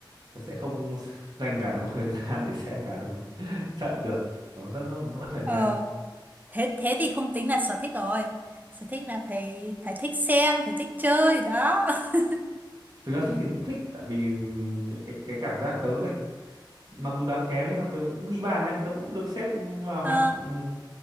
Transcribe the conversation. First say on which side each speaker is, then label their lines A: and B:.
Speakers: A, on the right; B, on the right.
A: tớ sẽ không s- dành cả một thời <laughs> gian để xem cả được một <laughs> trận được nó rất là mất thời
B: ờ
A: gian
B: thế thế thì không tính là sở thích rồi sở thích là phải phải thích xem phải thích chơi đó <laughs>
A: thực ra thích thì cũng thích tại vì ừm, cái cái cái cảm giác tớ này mặc dù đá kém nhưng mà tớ cũng ghi bàn đấy tớ cũng được xếp vào
B: ờ
A: hạng ừm,